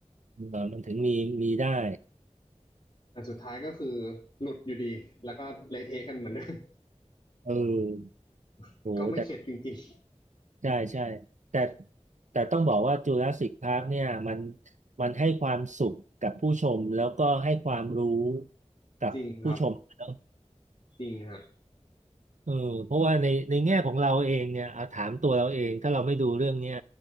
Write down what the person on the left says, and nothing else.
แต่สุดท้ายก็คือหลุดอยู่ดีแล้วก็เละเทะกันเหมือนเดิม
<laughs>
ก็ไม่เข็ดจริง
ๆจริงครับจริงฮะ